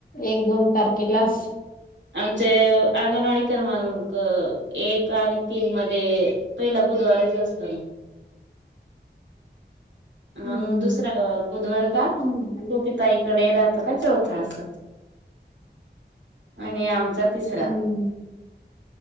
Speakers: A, on the left; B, on the right.
A: एक दोन तारखेलाच
B: आमचे अंगणवाडी कर् मग. एक आणि तीन मध्ये पहिला बुधवाराच असत ना. मग
A: हम्म
B: दुसरा बुधवार का चुकिताईकडे
A: हम्म
B: राहतात. का चौथा अस आणि आमचा तिसरा
A: हम्म